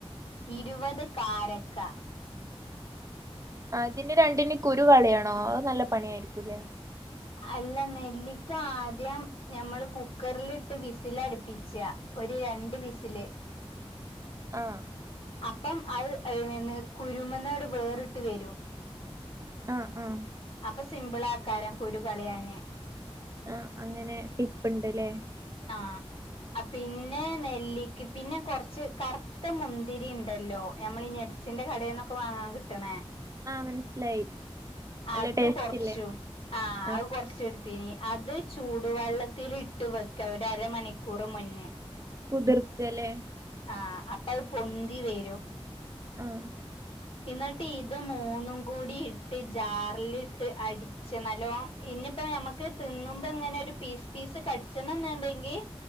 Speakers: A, on the left (about 60°); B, on the right (about 30°).
A: ഇരുപത് കാരക്ക
B: ആ ഇതിന്റെ രണ്ടിന്റേം കുരു കളിയാണോ അത് നല്ല പണിയായിരിക്കുംല്ലേ?
A: അല്ല നെല്ലിക്ക ആദ്യം ഞമ്മള് കുക്കറിലിട്ട് വിസിലടുപ്പിച്ചാ ഒരു രണ്ട് വിസില്
B: ആഹ്
A: അപ്പം അത് <unintelligible> കുരുമന്നോട് വേറിട്ട് വരും
B: ആഹ് ആഹ്
A: അപ്പൊ സിമ്പിളാക്കാരം കുരു കളയാന്
B: ആഹ് അങ്ങനെ ടിപ്പ് ഇണ്ട്ല്ലേ?
A: ആഹ് ആ പിന്നെ നെല്ലിക്ക് പിന്നെ കൊറച്ച് കറുത്ത മുന്തിരി ഇണ്ടല്ലോ നമ്മള് ഈ <unintelligible> കടയിൽന്നൊക്കെ വാങ്ങാൻ കിട്ടണേ
B: ആഹ് മനസ്സിലായി. നല്ല
A: അത്
B: ടേസ്റ്റ്ല്ലേ
A: കൊറച്ചും ആ
B: ആഹ്
A: അത് കൊറച്ച് എടു അത് ചൂടുവെള്ളത്തിലിട്ട് വെക്കാ ഒരരമണിക്കൂറ് മുന്നേ
B: കുതിർക്കല്ലേ?
A: ആ അപ്പൊ അത് പൊന്തി വരും.
B: ആഹ്
A: എന്നിട്ട് ഇത് മൂന്നും കൂടി ഇട്ട് ജാറിലിട്ട് അടി ച്ച് നല്ലോം ഇനിയിപ്പോ ഞമ്മക്ക് തിന്നുമ്പോ ഇങ്ങനെ ഒരു പീസ് പീസ് കടിച്ചണംന്ന്ണ്ടെങ്കി